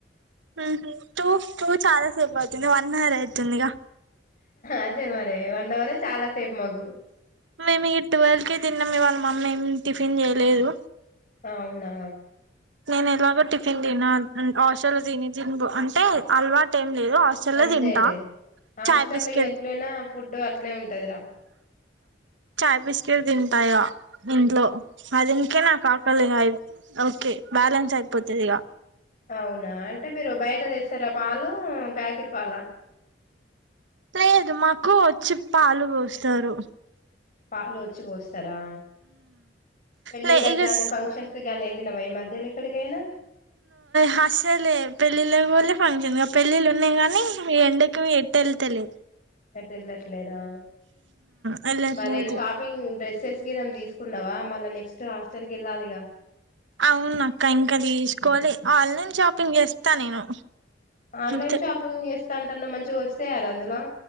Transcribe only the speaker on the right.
హ టూ టూ చాలా సేపు అవుతుంది వన్ హవర్ అయితుంది ఇగా
మేము ట్వెల్వ్ కి తిన్నాము మా మమ్మీ ఏమి టిఫిన్ చేయలేదు
నేను ఎలాగో టిఫిన్ తిిన హాస్టల్ తిని ది అంటే అల్వాటు హస్టల్ల
తింటా
చయ్ బిస్క్
చాయ్ బిస్కెట్ తింటా ఇగ ఇంట్లో అ దనికే నాకు కాకలేయి ఓకే బ్యాలెన్స్ అయిపోతది ఇక
లేదు మాకు వచ్చి పాలు పోస్తారు
లే ఇగ
హస్తేలే పెళ్ళిళ్ళ పోలే ఫంక్షన్గా పెళ్ళిళ్ళ ఉన్నాయి కానీ మీ ఎండకి టేల్తాలే
వెళ్ళట్లేదు
అవున అక్క ఇంకా తీసుకోవాలి ఆన్లైన్ షాపింగ్ చేస్తా నేను
అంతే